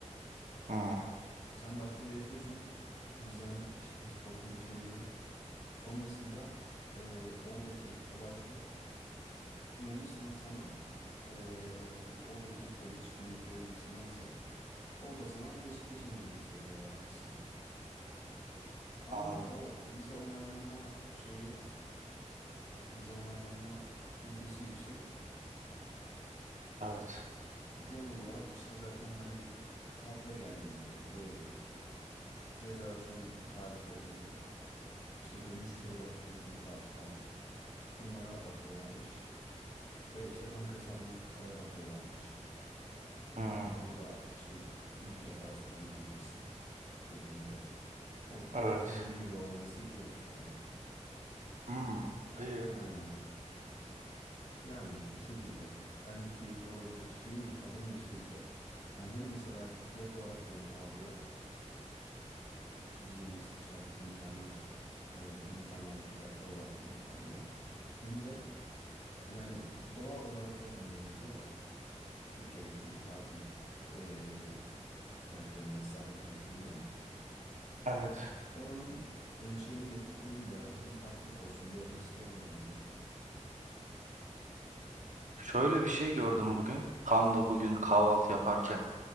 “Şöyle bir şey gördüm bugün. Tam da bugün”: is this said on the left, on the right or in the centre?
Right